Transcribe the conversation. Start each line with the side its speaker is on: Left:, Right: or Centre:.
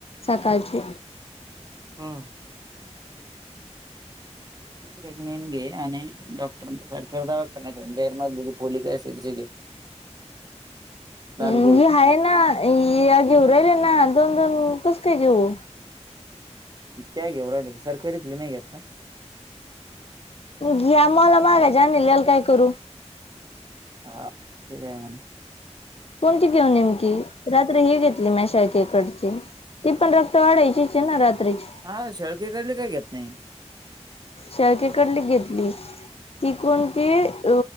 Left: सकाळची
Right: हं. प्रेगणेन घे आणि डॉक्टरांना सरकारी दवाखान्यात तून देयल फॉलीक ऍसिड ची घे. लाल
Left: अं,
Right: गोळी
Left: ही आहे ना. हि घेऊ राहिले ना. दोन दोन कस काय घेऊ?
Right: त्या घेऊ राहिली का? सरकारीतली नाही घेत ना?
Left: ह्या मोलामहागच्या आणलेल्या याला काय करू?
Right: <unintelligible>
Left: कोणती घेऊ नेमकी रात्र हि घेतली मा शाळकेकडची ती पण रक्त वाढायचीच ना रात्रीची
Right: हा शेळकेकडली काय घेत नाही
Left: शाळकेकडली घेतली ती कोणती अ